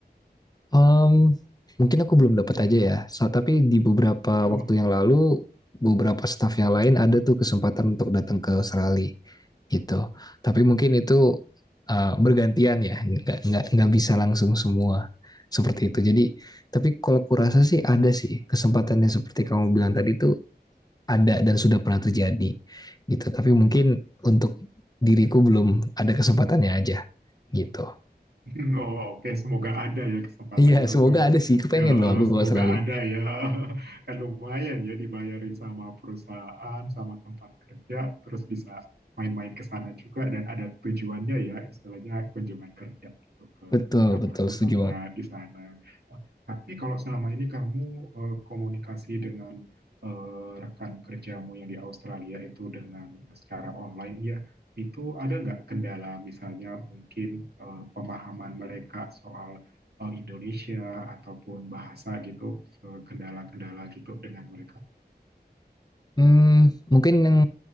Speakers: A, on the left; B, on the right.
A: Mmm, mungkin aku belum dapat aja ya, sa tapi di beberapa
B: Oh,
A: waktu yang lalu, beberapa staff yang lain ada tuh kesempatan untuk datang ke Australia, gitu. Tapi mungkin itu, eee, bergantian ya, nggak nggak nggak bisa langsung semua, seperti itu. Jadi tapi kalau kurasa sih ada sih kesempatannya seperti kamu bilang tadi itu ada dan sudah pernah terjadi, gitu. Tapi mungkin untuk diriku belum ada kesempatannya aja, gitu.
B: <laughs> Oh, oke, Semoga ada ya kesempatannya
A: Iya, semoga
B: untuk
A: ada sih, kepengen
B: ya eh,
A: loh aku
B: semoga
A: ke Australia.
B: ada ya. <laughs> Kan lumayan ya dibayarin sama perusahaan, sama tempat kerja, terus bisa main-main ke sana juga dan ada tujuannya ya, istilahnya kunjungan kerja gitu ke
A: Betul,
B: kantor
A: betul,
B: pusatnya
A: setuju banget.
B: di sana. Eh, Tapi kalau selama ini kamu eh, komunikasi dengan eh, rekan kerjamu yang di Australia itu dengan eh, secara online ya, itu ada nggak kendala misalnya mungkin eh, pemahaman mereka soal eh, Indonesia ataupun bahasa gitu, eh, kendala-kendala gitu dengan mereka?
A: Hmm, mungkin yang